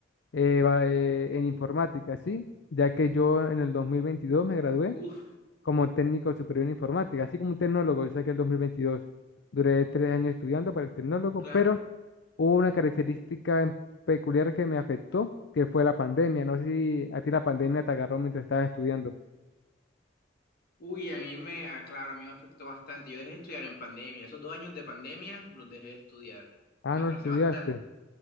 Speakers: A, on the left (about 70°); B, on the left (about 55°).
A: eh, va- eh, en informática, ¿sí? Ya que yo en el 2022 me gradué
B: Uf,
A: como técnico superior en informática, así como un tecnólogo, yo saqué el dos mil veintidós Duré tres años estudiando para el tecnólogo,
B: claro.
A: pero Hubo una característica en- peculiar que me afectó, que fue la pandemia. No sé si a ti la pandemia te agarró mientras estabas estudiando.
B: Uy, a mí me, ah, claro, a mí me afectó bastante. Yo dejé de estudiar en pandemia. Esos dos años de pandemia los dejé de estudiar.
A: Ah,
B: Me
A: no
B: atrasé
A: estudiaste.
B: bastante.